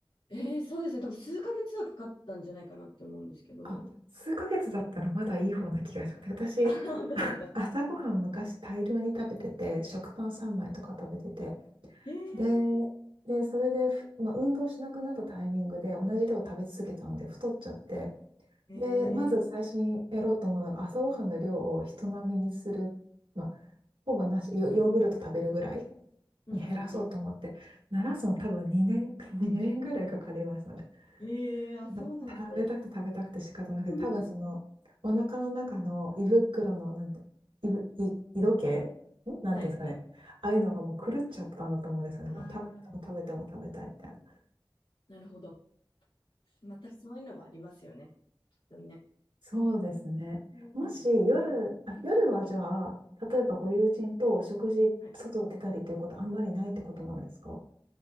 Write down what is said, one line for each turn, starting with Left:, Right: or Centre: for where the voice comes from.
Left: えー、そうですね。多分数ヶ月はかかったんじゃないかなって思うんですけど。
Right: あ、数ヶ月だったらまだいい方な気がします。私、
Left: <laughs> あ、本当ですか。
Right: <laughs> あ朝ごはん昔大量に食べてて、食パン3枚とか食べてて、
Left: えー、
Right: で、で、それで、ふまあ、運動しなくなったタイミングで同じ量を食べ続けたので太っちゃって、
Left: えー、
Right: で、まず最初にやろうと思うのが朝ごはんの量を人並みにする、まあ、ほぼなし、ヨヨーグルト食べるぐらい
Left: うんうんうん。
Right: 減らそうと思って、なすの多分2年、<laughs> 2年ぐらいかかりましたね。
Left: えー、あ、
Right: ま食べたくて食べたくて仕方なくて、
Left: そうなんですね。<laughs>
Right: 多分その、お腹の中の胃袋の、なんて、胃ぶ、胃、胃時計んなんていうんですかね。
Left: はいはい。
Right: ああいうのがもう狂っちゃったんだと思うんですよね。
Left: ああ、
Right: もう食べても食べても食べたいみたいな。
Left: なるほど。またそういうのもありますよね。ちょっとね。
Right: そうですね。
Left: そうなんですね。
Right: もし夜、あ、夜はじゃあ、例えばご友人と食事、
Left: はい。
Right: 外出たりということあんまりないってことなんですか